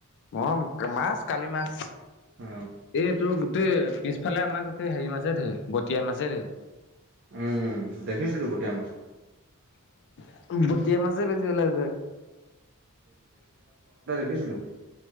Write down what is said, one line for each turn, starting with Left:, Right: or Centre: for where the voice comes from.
Left: মই মাছ <inaudible> কালি মাছ <unintelligible>
Right: অ
Left: এইটো <inaudible> <unintelligible> গোটেই পিছফালে আমাৰ গোটেই হেৰি মাছে ধেই বতিয়া মাছে ধেই <inaudible>
Right: <unintelligible> উম দেখিছিলো বতিয়া মাছ <inaudible>
Left: <unintelligible> বটিয়া মাছে বেছি ওলাইছে <inaudible>
Right: <unintelligible> দেখিছিলোঁ <inaudible>